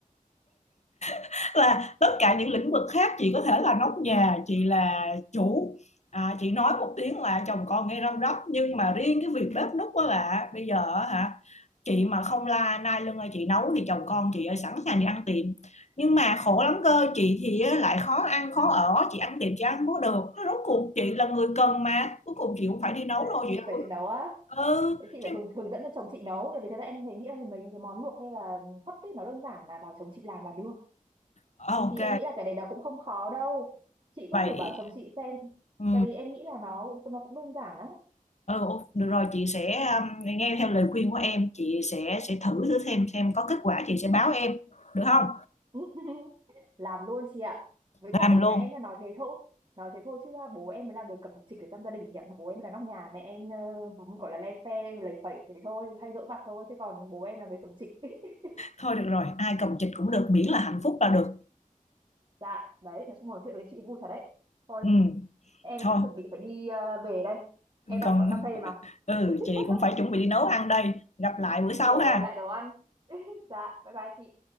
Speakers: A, on the left (about 50°); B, on the right (about 35°).
A: <laughs> là tất cả những lĩnh vực khác chị có thể là nóc nhà chị là chủ à, chị nói một tiếng là chồng con nghe răm rắp nhưng mà riêng cái việc bếp núc đó là bây giờ á hả chị mà không la nai lưng ơi chị nấu thì chồng con chị ơi sẵn sàng đi ăn tiệm nhưng mà khổ lắm cơ chị thì á, lại khó ăn khó ở chị ăn tiệm chị ăn không có được nó rốt cuộc chị là người cần mà cuối cùng chị cũng phải đi nấu
B: thế là
A: thôi
B: chị
A: chị đâu
B: phải
A: có-
B: tự nấu á
A: ừ
B: Thế chị
A: chứ
B: phải hướng, hướng dẫn cho chồng chị nấu bởi vì thật ra em thấy nghĩ là mấy cái món luộc hay là hấp ấy nó đơn giản là bảo chồng chị làm là được
A: Ờ, ok
B: thì em nghĩ là cái đấy nó cũng không khó đâu chị
A: vậy
B: cứ thử bảo chồng chị xem
A: ừ,
B: tại vì em nghĩ là nó cũng nó cũng đơn giản lắm
A: ừ ô- được rồi chị sẽ um, nghe theo lời khuyên của em chị sẽ sẽ thử thử xem xem có kết quả chị sẽ báo em được không
B: <laughs> làm luôn chị ạ với
A: làm
B: cả ở nhà
A: luôn
B: em là nói thế thôi nói thế thôi chứ à, bố em mới là người cầm trịch ở trong gia đình chị ạ bố em mới là nóc nhà mẹ em ờ, cũng gọi là le phe lầy phẩy thế thôi hay dỗi vặt thôi chứ còn bố em là người cầm trịch <laughs>
A: thôi được rồi ai cầm chịch cũng được miễn là hạnh phúc là được
B: dạ đấy nói chung ngồi chuyện với chị vui thật đấy thôi
A: ừ
B: em
A: thôi
B: cũng chuẩn bị phải đi ờ, về đây em đang
A: còn
B: ở quán cà phê mà <laughs>
A: ừ chị cũng phải chuẩn bị đi nấu ăn đây gặp lại bữa sau
B: rồi
A: ha
B: lại đồ ăn <laughs> dạ bye bye chị